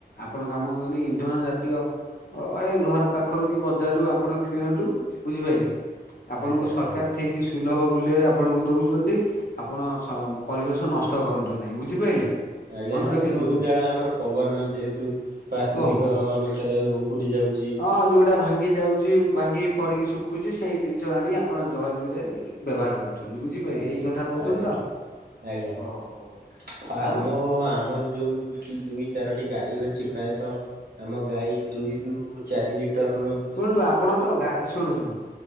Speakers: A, on the left (about 65°); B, on the right (about 65°).
A: ଆପଣ କାମ କରି ଇନ୍ଧନ ଜାତୀୟ ହଁ ଏଇ ଘର ପାଖରୁ କି ବଜାରରୁ ଆପଣ କିଣନ୍ତୁ ବୁଝିପାଇଲେ।
B: ଆଜ୍ଞା
A: ଆପଣଙ୍କୁ ସରକାର
B: ଆଜ୍ଞା
A: ଠିକ୍ ସୁଲଭ ମୂଲ୍ୟରେ ଆପଣଙ୍କୁ ଦଉଚନ୍ତି। ଆପଣ ଶ ପରିବେଶ ନଷ୍ଟ କରନ୍ତୁ ନାହିଁ ବୁଝିପାଇଲେ।
B: ଆଜ୍ଞା
A: ମନେ
B: ନାଇଁ
A: ରଖିଲେ
B: ଯୋଉ
A: ବନ୍ଧୁ।
B: ଡାଳ ଆମର ପବନ ଯେହେତୁ ପ୍ରାକୃତିକ
A: ଓହୋ।
B: ଅ-ଅନୁସାରେ ଉପୁଡି ଯାଉ
A: ହଁ ଯୋଉଟା ଭାଙ୍ଗି ଯାଉ ଯିଏ ଭାଙ୍ଗିକି ପଡିକି ଶୁଖୁଚି ସେଇ ଜିନିଷ ଆଣି ଆପଣ ଜଳଣିରେ ଇ ବ୍ୟବହାର କ ଚନ୍ତି <unintelligible> ବୁଝିପାଇଲି
B: ଆଜ୍ଞା
A: ଏଇ କଥା କୋହୁଚନ୍ତି
B: ଆଜ୍ଞା
A: ତ।
B: ଆଜ୍ଞା
A: ଓହୋ।
B: ଫା <unintelligible>
A: ଆଉ
B: ଆମ ଆମର ଯୋଉ ଦୁଇ ଦୁଇ ଚାରୋଟି ଗାଈ ଅଛି ପ୍ରାୟତଃ ଆମ ଗାଈ ଦୁଇରୁ ଚାରି ଲିଟରର
A: ଶୁଣନ୍ତୁ ଆପଣ ତ ଗା ଶୁଣୁ ଶୁଣୁ